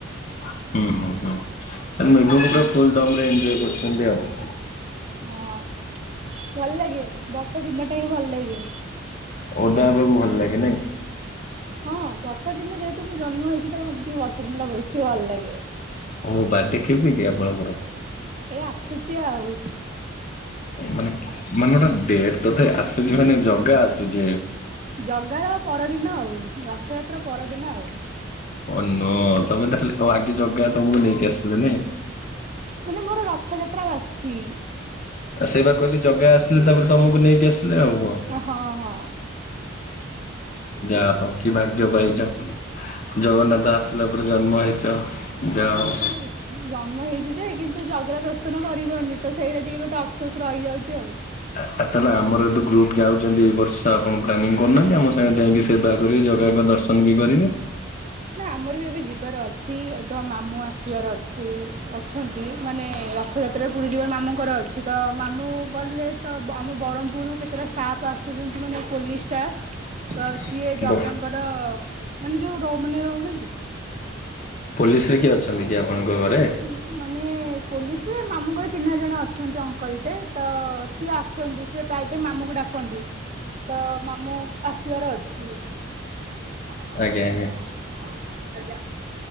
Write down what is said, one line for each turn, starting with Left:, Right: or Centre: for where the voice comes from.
Left: ହଁ, ହଁ, ହଁ ତାନେ ମେଘକୁ ପୁରା
Right: ହୁଁ
Left: ଫୁଲ୍ ଦମ୍ ରେ ଏନଞ୍ଜୟ କରୁଛନ୍ତି ଆଉ।
Right: ହଁ ଭଲ ଲାଗେ, ବର୍ଷା ଦିନଟା ହିଁ ଭଲ ଲାଗେ।
Left: ଓଦା ହେବାକୁ ଭଲ ଲାଗେ ନାଇ?
Right: ହଁ ବର୍ଷା ଦିନେ ଯେହେତୁ ମୁଁ ଜନ୍ମ ହେଇଛି ତ ମୋତେ ଟିକେ ବର୍ଷା ଦିନ ଟା ବେଶୀ ଭଲ ଲାଗେ।
Left: ଓ ବାଡେ କେବେ କି ଆପଣଙ୍କର?
Right: ଏଇ ଆସୁଚି ଆଉ।
Left: ମାନେ ମାନେ ଗୋଟା ଡେଟ୍ ତ ଥାଏ। ଆସୁଚି ମାନେ ଜଗା ଆସୁଚି।
Right: ଜଗାର ପରଦିନ ଆଉ ରଥଯାତ୍ରା ପରଦିନ ଆଉ।
Left: ଓ ନୋ ତୋମେ ତାହେଲେ ଓ ଆଗେ ଜଗା ତୋମକୁ ନେଇକି ଆସିଲେ ନାଇଁ।
Right: ମାନେ ମୋର ରଥଯାତ୍ରା ବାସି।
Left: ଆଉ ସେଇ ବା କହିଲି ଜଗା ଆସିଲେ ତାପରେ ତୋମକୁ ନେଇକି ଆସିଲେ ଆଉ କଣ।
Right: ହଁ ହଁ।
Left: ଯା ହଉ କି ଭାଗ୍ୟ ପାଇଛ, ଜଗନ୍ନାଥ ଆସିଲା ପରେ ଜନ୍ମ ହେଇଛ ଯା ହଉ।
Right: ଏ ମୁଁ ଜନ୍ମ ହେଇଛି ଯେ କିନ୍ତୁ ଜଗା ଦର୍ଶନ କରିପାରୁନି ତ ସେଇଟା ଟିକେ ଗୋଟେ ଅପସୋସ୍ ରହିଯାଉଚି ଆଉ।
Left: ଆ <unintelligible> ଆମର ଏଠୁ ଗ୍ରୁପ୍ ଯାଉଚନ୍ତି ଏଇ ବର୍ଷ ଆପଣ ପ୍ଲାନିଂ କରୁନାହାନ୍ତି ଆମ ସାଙ୍ଗେ ଯାଇକି ସେବା କରିବେ, ଜଗାଙ୍କ ଦର୍ଶ ଶନ ବି କରିବେ।
Right: ନା ଆମର ବି ଏବେ ଯିବାର ଅଛି, ଏବେ ମାମୁଁ ଆସିବାର ଅଛି, ଅଛନ୍ତି, ମାନେ ରଥଯା ତ୍ରା ପୁରୀ ଯିବା ମାମୁଁଙ୍କର ଅଛି ତ ମାମୁଁ ଗଲେ ତ ବ-ଆମ ବରହ୍ମପୁରରୁ କେତେଟା ଷ୍ଟାଫ୍ ଆସୁ ସୁଚନ୍ତି ମାନେ ପୋଲିସ୍ ଷ୍ଟାପ୍
Left: <inaudible>
Right: ତ ସିଏ ଜଗା
Left: ବ
Right: ଙ୍କ ର ମାନେ ଯୋଉ ଡ-ମାନେ ରହୁନାହାନ୍ତି।
Left: ପୋଲିସ୍ ରେ କିଏ ଅଛନ୍ତି କି ଆପଣଙ୍କ ଘରେ?
Right: ଉଁ, ମାନେ ପୋଲିସ୍ ରେ ମାମୁଁଙ୍କର ଚିହ୍ନା ଜଣେ ଅଛନ୍ତି ଅଙ୍କଲ୍ ଟେ ତ ସିଏ ଆସନ୍ତି। ସେ ପ୍ରାୟତ ମାମୁଁକୁ ଡାକନ୍ତି, ତ ମାମୁଁ ଆସିବାର ଅଛି। <inaudible>
Left: ଆଜ୍ଞା ଆଜ୍ଞା
Right: ଆଜ୍ଞା,